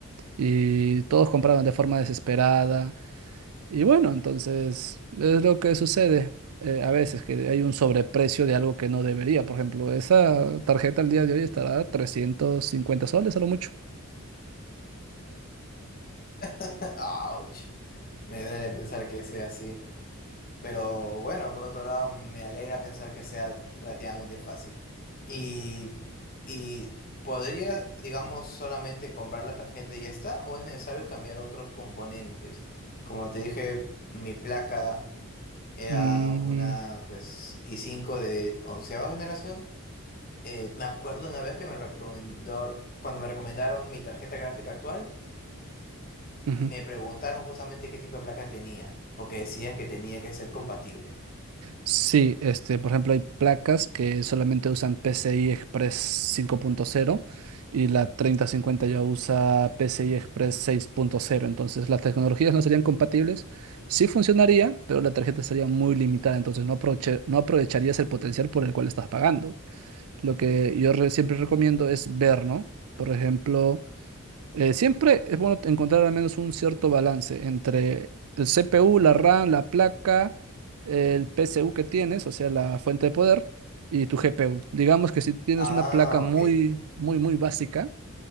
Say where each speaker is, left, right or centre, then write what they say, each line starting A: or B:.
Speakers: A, on the right (about 75°); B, on the left (about 40°).
A: Y todos compraban de forma desesperada. Y bueno, entonces es lo que sucede eh, a veces, que hay un sobreprecio de algo que no debería. Por ejemplo, esa tarjeta al día de hoy estará a 350 soles a lo mucho.
B: <laughs> Ouch. Me duele pensar que sea así, pero bueno, por otro lado, me alegra pensar que sea relativamente fácil. Y, y podría, digamos, solamente comprar la tarjeta y ya está, o es necesario cambiar otros componentes. Como te dije, mi placa era
A: Mm,
B: una, pues, i cinco de onceava generación. Eh, me acuerdo una vez que me recomendó, cuando me recomendaron mi tarjeta gráfica actual,
A: ujú.
B: me preguntaron justamente qué tipo de placa tenía, porque decían que tenía que ser compatible.
A: Sí, este, por ejemplo, hay placas que solamente usan PCI Express 5.0 y la 3050 ya usa PCI Express 6.0, entonces las tecnologías no serían compatibles. Sí funcionaría, pero la tarjeta sería muy limitada, entonces no aproveche- no aprovecharías el potencial por el cual estás pagando. Lo que yo re- siempre recomiendo es ver, ¿no? Por ejemplo, eh, siempre es bueno encontrar al menos un cierto balance entre el CPU, la RAM, la placa, el PSU que tienes, o sea, la fuente de poder, y tu GPU. Digamos que si tienes
B: Ah,
A: una placa muy,
B: ok.
A: muy, muy básica,